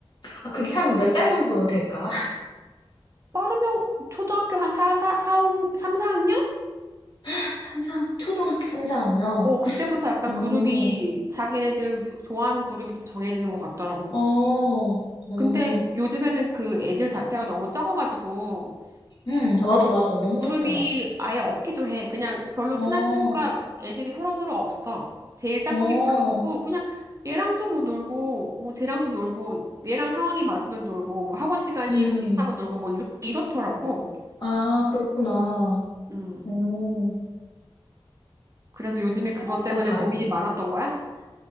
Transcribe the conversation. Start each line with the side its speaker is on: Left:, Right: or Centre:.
Left: 아, 그게 한 몇 살 정도 될까?
Right: 빠르면 초등학교 한 사, 사, 사, 3, 4학년?
Left: <laughs> 삼사 초등학교 삼사학년
Right: 어, 그때부터 약간
Left: 어, 어,
Right: 그룹이 자기네들 좋아하는 그룹이 좀 정해지는 것 같더라고.
Left: 어, 어.
Right: 근데 요즘에는 그 애들 자체가 너무 적어가지고
Left: 음, 맞아, 맞아. 너무
Right: 그룹이
Left: 적더라
Right: 아예 없기도 해. 그냥 별로
Left: 어.
Right: 친한 친구가 애들이 서로서로 없어. 제일 짝꿍이
Left: 어,
Right: 별로 없고 그냥 얘랑도 뭐 놀고 뭐 쟤랑도 놀고 얘랑 상황이 맞으면 놀고 뭐 학원 시간이
Left: 음,
Right: 비슷하면 놀고 뭐 이렇, 이렇더라고.
Left: 아, 그렇구나.
Right: 음.
Left: 오,
Right: 그래서 요즘에
Left: 상황
Right: 그것 때문에
Left: 따라 다르네.
Right: 고민이 많았던 거야?